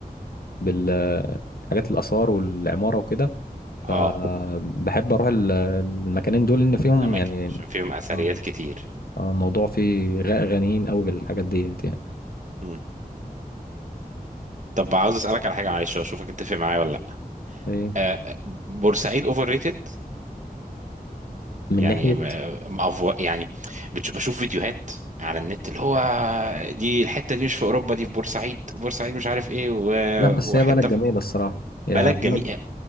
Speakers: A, on the left (about 75°); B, on the right (about 55°).
A: بالحاجات الآثار والعمارة وكده فبحب
B: اه
A: أروح ال- المكانين دول إن فيهم
B: اماكن
A: يعني
B: عشان فيهم اثريات
A: آه،
B: كتير
A: آه، الموضوع فيه غ- غنيين قوي بالحاجات ديت يعني
B: مم. طب عاوز اسالك على حاجه معلش واشوفك اتفق معايا ولا لا
A: إيه،
B: آه، آه، بورسعيد اوفر ريتد
A: من
B: يعني
A: ناحية
B: آه، م- مأفو يعني بتش- بشوف فيديوهات على النت اللي هو دي الحته دي مش في اوروبا دي في بورسعيد بورسعيد مش عارف ايه و-
A: لا بس
B: وحته
A: هي بلد جميلة
B: في
A: الصراحة يا
B: بلد
A: بلد
B: جميله